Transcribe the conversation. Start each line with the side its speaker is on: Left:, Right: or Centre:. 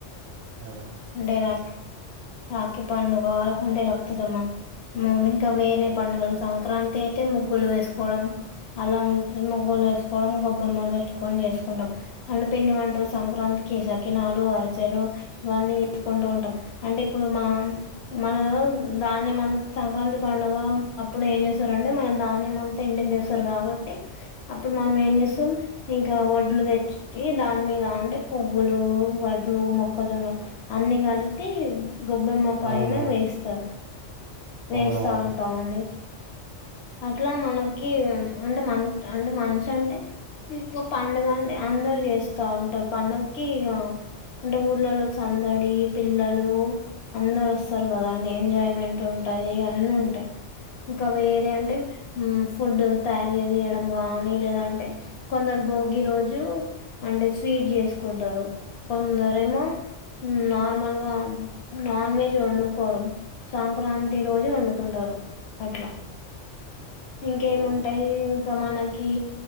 Right: ఆ
Left: అంటే నాకు రాఖి పండుగ అంటే రక్తసమ్మం ఇంకా వేరే పండుగలు సంక్రాంతి అయితే ముగ్గులు వేసుకోవడం అలా ఉంట ముగ్గులు వేసుకోవడం గొబ్బెమ్మలు పెట్టుకొని చేసుకుంటాం హన్ను పిండి వంటలు సంక్రాంతికి సకినాలు అరి సెలు ఇవన్నీ తీసుకుంటూ ఉంటాం అంటే ఇప్పుడు మా మ ధాన్యం అంత సంక్రాంతి పండుగ అప్పుడు ఏం చేస్తారుంటే మనం ధాన్యం అంతా ఇంటికి తెసు కొత్తరు కాబట్టి అప్పుడు మనం ఏం చేస్తాం ఇంకా వం పలు తెచ్చి దాని మీద అంటే పువ్వులు వడ్లు మొక్కజొన అన్ని కలిపి గొబ్బెమ్మ పైన
Right: అవును
Left: వేస్తారు వేస్తా
Right: అవునవును
Left: ఉంటాం అండి అట్లా మనకి అంటే మ అంటే మంచి అంటే ఇంక పండుగ అంటే అందరు చేస్తా ఉంటారు పండుగకి ఇక అంటే ఊర్లలో సందడి పిల్లలు అందరు వస్తారు కదా అండి ఎంజాయ్మెంట్ ఉంటాయి అన్నీ ఉంటాయి ఇంకా వేరే అంటే ఫుడ్ తయారు చేయడం గాని లేదంటే కొందరు భోగి రోజు అంటే స్వీట్ చేసుకుంటారు కొందరేమో నార్మల్గా నాన్ వెజ్ వండుకోరు సంక్రాంతి రోజు వండుకుంటారు అట్లా ఇంకేముంటాయి
Right: అవును
Left: ఇంకా మనకి